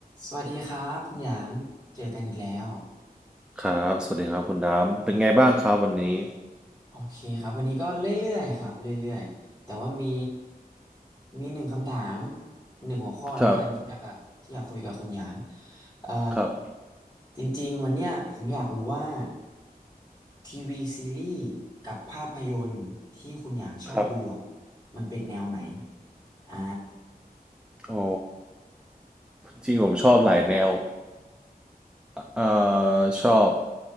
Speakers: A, on the left; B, in the centre.
A: สวัสดีครับคุณหยาง เจอกันอีกแล้ว
B: ครับ สวัสดีครับคุณดามเป็นไงบ้างครับวันนี้
A: โอเคครับวันนี้ก็เรื่อยๆครับเรื่อยๆแต่ว่ามีมีหนึ่งคำถามหนึ่งหัวข้อแล้วกันที่อยากกับที่อยากคุยกับคุณหยาง
B: ครับ
A: เอ่อ
B: ครับ
A: จริงๆวันเนี้ยผมอยากรู้ว่าทีวีซีรีส์กับภาพยนตร์ที่คุณหยางชอบดูอะ
B: ครับ
A: มันเป็นแนวไหนอ่า
B: โอ้ จริงผมชอบหลายแนวเอ่อชอบ